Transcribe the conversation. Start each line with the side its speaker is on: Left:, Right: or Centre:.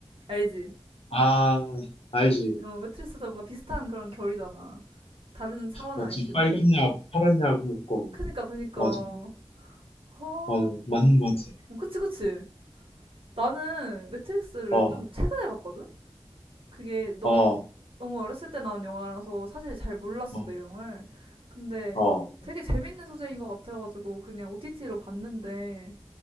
Right: 알지?
Left: 아, 알지.
Right: 매- 어, 매트릭스도 뭔가 비슷한 그런 결이잖아. 다른 사원은
Left: 맞지.
Right: 아니지만.
Left: 빨간 약, 파란 약 먹고.
Right: 그니까, 그니까.
Left: 맞아.
Right: 허,
Left: 맞아. 맞는 것 같아.
Right: 어, 그치, 그치. 나는 매트릭스를
Left: 어,
Right: 좀 최근에 봤거든? 그게 너무
Left: 어,
Right: 너무 어렸을 때 나온 영화라서 사실 잘 몰랐어
Left: 어,
Right: 내용을. 근데
Left: 어,
Right: 되게 재밌는 소재인 것 같아가지고 그냥 OTT로 봤는데